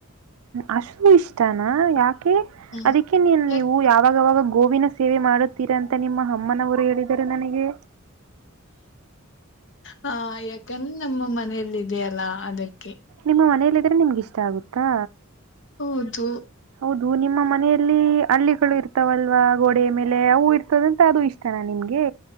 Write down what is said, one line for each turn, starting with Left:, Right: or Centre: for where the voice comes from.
Right: ಹಸು ಇಷ್ಟನಾ ಯಾಕೆ
Left: ಹ್ಮ್
Right: ಅದಕ್ಕೆ ನೀನ್
Left: ಯಾಕ್
Right: ನೀವು ಯಾವಾಗಾವಾಗ ಗೋವಿನ ಸೇವೆ ಮಾಡುತ್ತೀರಾ ಅಂತ ನಿಮ್ಮ ಅಮ್ಮನವರು ಹೇಳಿದರು ನನಗೆ
Left: ಹ ಯಾಕಂದ್ರೆ ನಮ್ಮ ಮನೇೆಯಲ್ಲಿ ಇದೆಯ ಅಲ್ಲಾ ಅದಕ್ಕೆ
Right: ನಿಮ್ಮ ಮನಲ್ಲಿದ್ರೆ ನಿಮ್ಗೆ ಇಷ್ಟ ಆಗುತ್ತಾ
Left: ಹೌದು
Right: ಹೌದು ನಿಮ್ಮ ಮನೆಯಲ್ಲಿ ಹಳ್ಳಿಗಳು ಇರ್ತಾವಲ್ವಾ ಗೋಡೆಯ ಮೇಲೆ ಅವು ಇರ್ತದಂತ ಅದು ಇಷ್ಟ ಇಷ್ಟಾನ ನಿಮ್ಗೆ